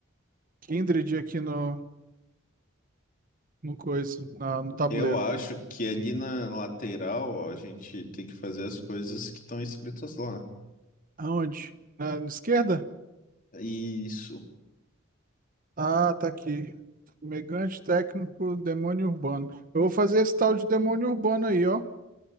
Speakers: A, on the right (about 45°); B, on the left (about 40°).
A: Kindred aqui no, no coisa, na- no tabuleiro.
B: Eu acho que ali na lateral, ó, a gente tem que fazer as coisas que estão escritas lá.
A: Aonde? Na, na esquerda?
B: Isso.
A: Ah, tá aqui. Megante técnico, demônio urbano. Eu vou fazer esse tal de demônio urbano aí, ó.